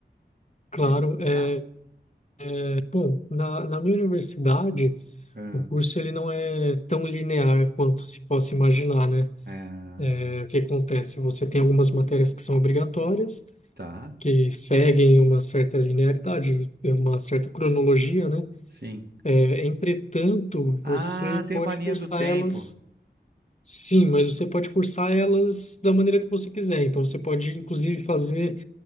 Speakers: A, on the left; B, on the right.
A: claro.
B: Para me balizar?
A: É, é, bom, na, na minha universidade,
B: Ah,
A: o curso ele não é tão linear quanto se possa imaginar, né?
B: ah,
A: É, o que acontece? Você tem algumas matérias que são obrigatórias,
B: tá,
A: que seguem uma certa linearidade, uma certa cronologia, né?
B: sim.
A: É, entretanto,
B: Ah,
A: você
B: tem
A: pode
B: uma linha
A: cursar
B: do tempo.
A: elas, sim, mas você pode cursar elas da maneira que você quiser. Então, você pode, inclusive, fazer